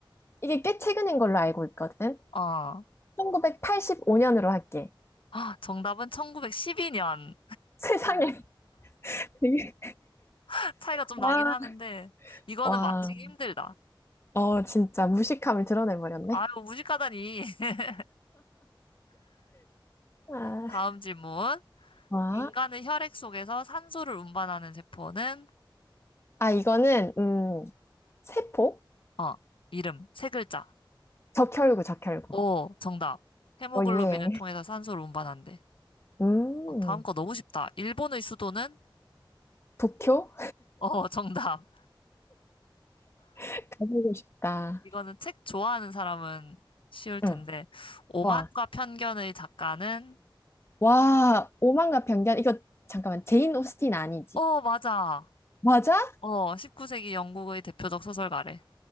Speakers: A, on the left; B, on the left.
A: 이게 꽤 최근인 걸로 알고 있거든?
B: 어.
A: 1985년으로 할게.
B: 아, 정답은 1912년.
A: <laughs> 세상에. 되게-
B: <laughs> 차이가 좀
A: 와,
B: 나긴 하는데, 이거는
A: 와.
B: 맞히기 힘들다.
A: 어, 진짜 무식함을 드러내버렸네.
B: 아유, 무식하다니. <laughs>
A: 아,
B: 다음 질문.
A: 와.
B: 인간의 혈액 속에서 산소를 운반하는 세포는?
A: 아, 이거는, 음, 세포?
B: 어, 이름, 세 글자.
A: 적혈구, 적혈구.
B: 오, 정답. 헤모글로빈을
A: 어, 예.
B: 통해서 산소를 운반한대.
A: 음,
B: 어, 다음 거 너무 쉽다. 일본의 수도는?
A: 도쿄?
B: 어, <laughs> 정답.
A: <laughs> 가보고 싶다.
B: 이거는 책 좋아하는 사람은 쉬울 텐데.
A: 응.
B: 오만과
A: 와,
B: 편견의 작가는?
A: 와, 오만과 편견. 이거 잠깐만, 제인 오스틴 아니지?
B: 어, 맞아.
A: 맞아?
B: 어, 19세기 영국의 대표적 소설가래.